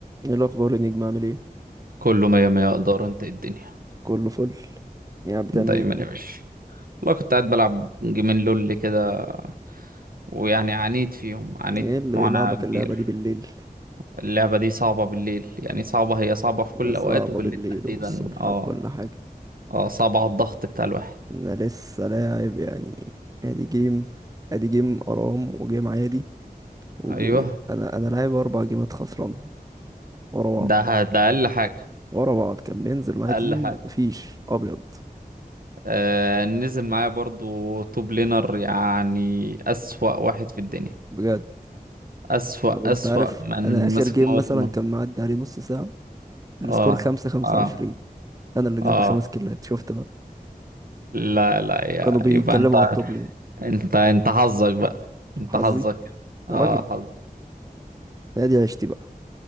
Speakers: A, on the right; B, on the right.
A: ايه الاخبار يا نجم عامل ايه
B: كله مية مية اقدر انت إيه الدنيا
A: كله فل يعني بتعمل
B: دايما
A: ايه كده
B: يا باشا والله كنت قاعد بلعب جيمين لول كده ويعني عانيت فيهم عانيت
A: ايه اللي
B: معاناة
A: بيلعبك
B: كبيرة
A: اللعبه دي بالليل
B: اللعبة دي صعبة بالليل يعني صعبة هي صعبة في كل
A: يا
B: الأوقات
A: صعبه
B: وبالليل
A: بالليل
B: تحديدا
A: والصبح
B: اه
A: وكل حاجه
B: اه صعبة على الضغط بتاع الواحد
A: انا لسه لاعب يعني ادي جيم ادي جيم ارام وجيم عادي وجيمين
B: أيوه
A: انا انا لاعب اربع جيمات خسرانها ورا
B: ده
A: بعض
B: ده أقل حاجة
A: ورا بعض كان بينزل معايا
B: أقل
A: تيم
B: حاجة
A: مفيش ابيض
B: آه نزل معايا برضو توب لينر يعني أسوأ واحد في الدنيا
A: بجد
B: أسوأ
A: طب انت
B: أسوأ
A: عارف
B: من
A: انا اخر
B: مسك
A: جيم
B: موسمه
A: مثلا كان معدي عليه نص ساعه السكور
B: اه
A: خمسة خمسة
B: اه
A: وعشرين انا اللي جايب
B: اه
A: خمس كيلات شفت بقى
B: لا لا يا
A: كانوا بيتكلموا
B: يبقى انت
A: على التوب لين
B: انت انت حظك بقى انت
A: حظي
B: حظك اه
A: يا راجل
B: حظك
A: دي عشتي بقى